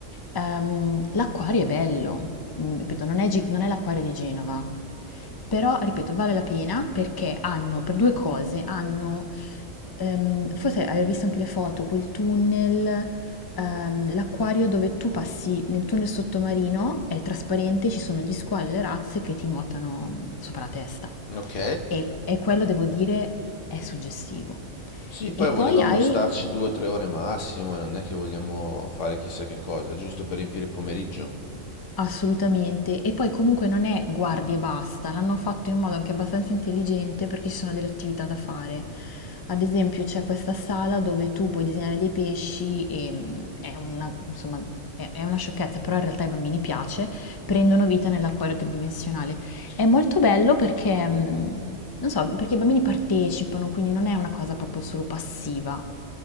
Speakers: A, on the left; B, on the left.
A: Ehm, l'acquario è bello, Mm, ripeto, non è, Gi- non è l'acquario di Genova, però, ripeto, vale la pena perché hanno, per due cose, hanno, ehm, forse aver visto anche le foto, quel tunnel, ehm, l'acquario dove tu passi nel tunnel sottomarino, è trasparente, ci sono gli squali e le razze che ti nuotano mm, sopra la testa.
B: Ok?
A: E, e quello, devo dire, è suggestivo.
B: Sì, poi
A: E poi
B: volevamo
A: hai
B: starci due o tre ore massimo, non è che vogliamo fare chissà che cosa, giusto per riempire il pomeriggio.
A: Assolutamente, e poi comunque non è guardi e basta, l'hanno fatto in un modo anche abbastanza intelligente perché ci sono delle attività da fare. Ad esempio c'è questa sala dove tu puoi disegnare dei pesci e mh, è una, insomma, è è una sciocchezza, però in realtà ai bambini piace, prendono vita nell'acquario tridimensionale. È molto bello perché, mh, non so, perché i bambini partecipano, quindi non è una cosa proprio solo passiva.